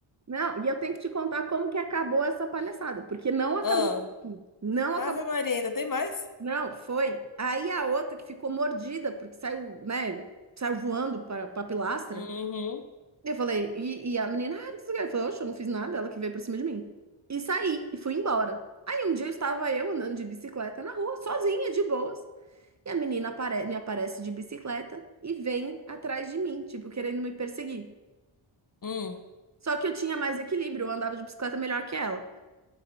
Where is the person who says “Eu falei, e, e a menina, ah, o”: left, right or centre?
Right